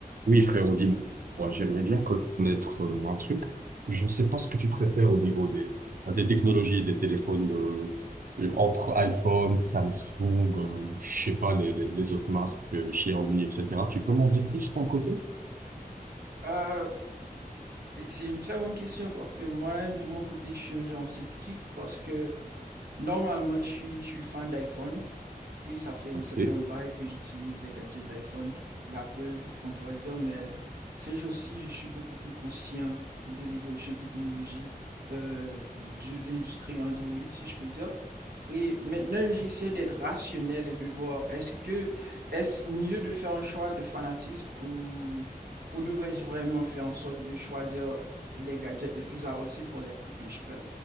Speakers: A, on the right; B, on the right.
A: Oui, frérot, dis-moi, j'aimerais bien connaître euh, un truc. Je ne sais pas ce que tu préfères au niveau des, enfin, des technologies, des téléphones, euh, euh, entre iPhone, Samsung, euh, je sais pas, les, les, les autres marques, euh, Xiaomi, etc. Tu peux m'en dire plus de ton côté?
B: Euh, c'est, c'est une très bonne question parce que moi-même, de mon côté, je suis un genre sceptique parce que normalement, je suis, je suis fan d'iPhone. Et ça fait,
A: Ok,
B: ça fait un bail que j'utilise les gadgets d'iPhone, d'Apple, on pourrait dire, mais ces jours-ci, je suis beaucoup plus conscient de l'évolution technologique euh, de l'industrie Android, si je peux dire. Et maintenant, j'essaie d'être rationnel et de voir, est-ce que, est-ce mieux de faire un choix de fanatisme ou, ou devrais-je vraiment faire en sorte de choisir les gadgets les plus avancés pour les prix que je paie?